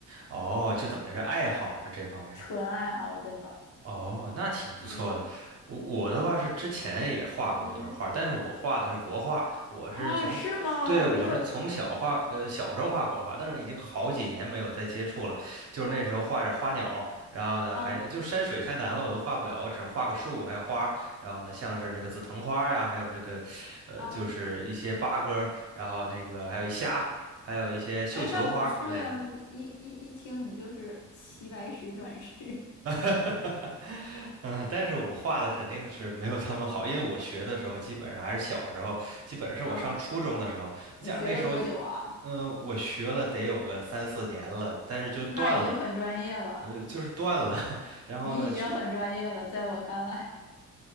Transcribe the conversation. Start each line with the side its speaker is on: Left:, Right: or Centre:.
Right: 哦，就等于是爱好是这方面。
Left: 纯爱好，真的。
Right: 哦，那挺不错的。
Left: 嗯，
Right: 我我的话是之前也画过一段画，
Left: 嗯，
Right: 但是我画的是国画，我是从，
Left: 啊，是吗？
Right: 对，我是从小画，
Left: 哎呦，
Right: 呃，小时候画国画，但是已经好几年没有再接触了。就是那时候画点花鸟，
Left: 哎，
Right: 然后呢，
Left: 啊
Right: 还就山水太难了，我都画不了，我只能画个树，还有花儿然后呢，像是那个紫藤花呀，还有这个，呃，
Left: 啊，
Right: 就是一些八哥儿然后那个还有虾，还有一些绣球花儿之类的。
Left: 哎，那不错呀，那一一一听你就是齐白石转世，
Right: <laughs> 嗯，但是我画的肯定是没有他们好，因为我学的时候基本上还是小时候，基本上是我上初中的时候，
Left: <laughs> 嗯，
Right: 加上那时候，
Left: 你学了多久啊？
Right: 嗯、我学了得有个三四年了，但是就断了，
Left: 那已经很专业了，
Right: 呃，就是断了。<laughs> 然后呢，
Left: 你已经很专业了，
Right: 去，
Left: 在我看来，